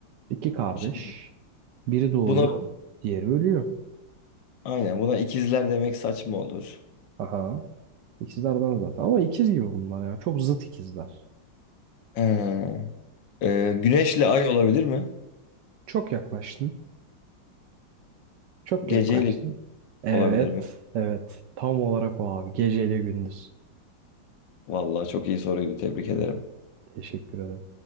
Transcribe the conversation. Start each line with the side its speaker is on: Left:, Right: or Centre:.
Right: İki kardeş.
Left: Şimdi
Right: Biri doğuyor,
Left: Buna
Right: diğeri ölüyor.
Left: aynen buna ikizler demek saçma olur.
Right: Aha. İkizler de var zaten. Ama ikiz gibi bunlar ya. Çok zıt ikizler.
Left: Ee, e, güneşle ay olabilir mi?
Right: Çok yaklaştın. Çok
Left: Geceyle
Right: yaklaştın. Evet.
Left: olabilir mi?
Right: Evet. Tam olarak o abi. Geceyle gündüz.
Left: Vallahi çok iyi soruydu. Tebrik ederim.
Right: Teşekkür ederim.